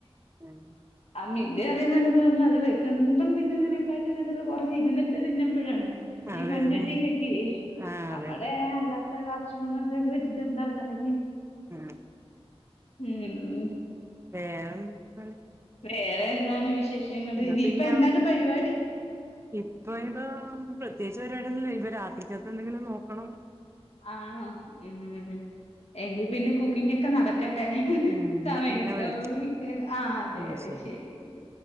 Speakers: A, on the right; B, on the left.
A: ഉം
B: ആഹ് മീന്റെ കറിന്നൊക്കെ പറഞ്ഞ അത് വെക്കുമ്പം തിന്നുന്നതിനെക്കാട്ടി നല്ലത് കൊറച്ച് ഇരുന്നിട്ട് തിന്നുമ്പോഴാണ്
A: അതെ
B: ഈ മൺചട്ടിലൊക്കെ
A: അതെ ആഹ്
B: നമ്മടെ
A: അതെ
B: നല്ല മറ്റേ ഗ്യാസുമ്മന്നെത്തേക്കൊക്കെ വെച്ചിട്ട് എന്താ കാര്യം
A: ആഹ്
B: ഉം
A: വേറെന്തൊക്കെയാണ്
B: വേറെ എന്താണ് വിശേഷങ്ങള്
A: എന്നാ
B: ഇനിയിപ്പെ
A: പിന്നെ
B: എന്താണ് പരിപാടി
A: ഇപ്പൊ ഇപ്പം പ്രത്യേകിച്ച് പരിപാടി ഒന്നും ഇല്ല ഇപ്പം രാത്രിക്കത്തേ എന്തെങ്കിലും നോക്കണം
B: ആണോ ഉം എങ്കിൽ പിന്നെ കുക്കിംഗ് ഒക്കെ നടക്ക ട്ടെ
A: ഉം
B: സമയം
A: എന്നാ പിന്നെ
B: കിട്ടമ്പോ
A: വിളിക്കാം
B: വിളിക്ക ആഹ് അതെ
A: ഉം
B: അതെ
A: ശരി.
B: ശരിയെങ്കി